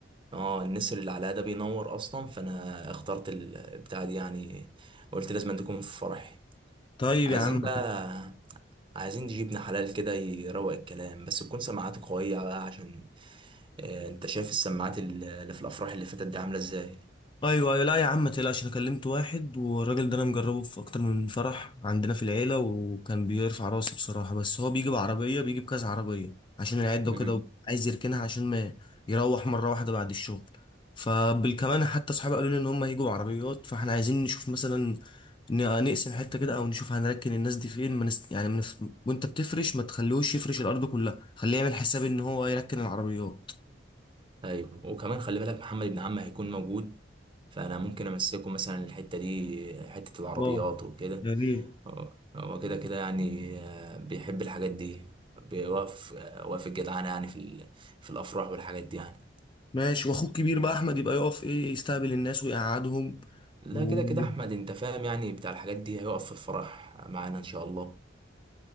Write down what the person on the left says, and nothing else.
طيب
يا عم
ايوه ايوه لا يا عم ما تقلقش انا كلمت واحد والراجل ده انا مجربه في اكتر من فرح عندنا في العيلة وكان بيرفع راسي بصراحة بس هو بيجي بعربية بيجي بكذا عربية عشان العدة
وكده عايز يركنها عشان ما يروح مرة واحدة بعد الشغل فبالكمان حتى صحابي قالوا لي ان هم هيجوا بعربيات فاحنا عايزين نشوف مثلا ن- نقسم حتة كده او نشوف هنركن الناس دي فين ما نست... يعني من... وانت بتفرش ما تخليهوش يفرش الارض كلها خليه يعمل حساب ان هو يركن العربيات
اه
يا ريت
ماشي واخوك كبير بقى احمد يبقى يقف ايه يستقبل الناس ويقعدهم
وخلصانه